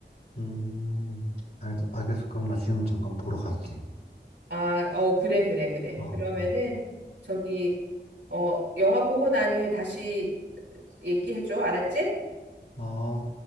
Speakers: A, on the left; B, on the right.
A: 음, 알겠, 알겠어. 그럼 나 지금 잠깐 보러 갈게.
B: 아, 어, 그래, 그래, 그래.
A: 어,
B: 그러면은,
A: 어,
B: 저기, 어, 영화 보고 난 이후에 다시 얘기해줘. 알았지?
A: 어.